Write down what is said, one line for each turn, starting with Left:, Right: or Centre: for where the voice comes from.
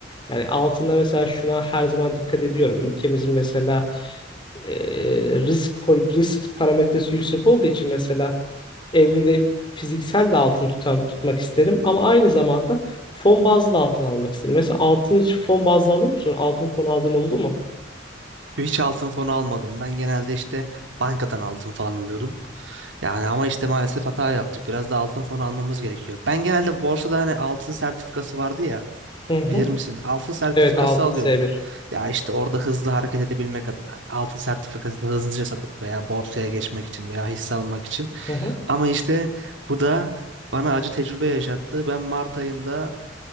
Left: Yani altında mesela şuna her zaman dikkat ediyorum. Ülkemizin mesela e, risk pol- risk parametresi yüksek olduğu için mesela evimde fiziksel de altın tutam, tutmak isterim ama aynı zamanda fon bazlı da altın almak isterim. Mesela altın hiç fon bazlı alıyor musun? Altın fon aldığın oldu mu?
Right: Hiç altın fonu almadım. Ben genelde işte bankadan altın falan alıyordum. Yani ama işte maalesef hata yaptık. Biraz da altın fonu almamız gerekiyor. Ben genelde borsada hani altın sertifikası vardı ya.
Left: Hı hı.
Right: Bilir misin? Altın sertifikası
Left: Evet altın
Right: alıyordum.
Left: S1.
Right: Ya işte orada hızlı hareket edebilmek adına. hani altın sertifikasını hızlıca satıp veya borsaya geçmek için veya hisse almak için.
Left: Hı hı.
Right: Ama işte bu da bana acı tecrübe yaşattı. Ben Mart ayında